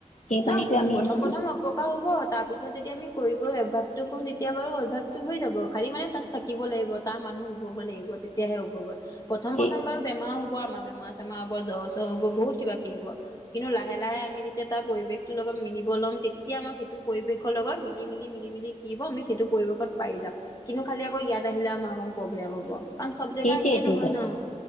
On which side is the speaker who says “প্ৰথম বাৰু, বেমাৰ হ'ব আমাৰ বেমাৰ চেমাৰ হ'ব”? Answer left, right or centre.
Left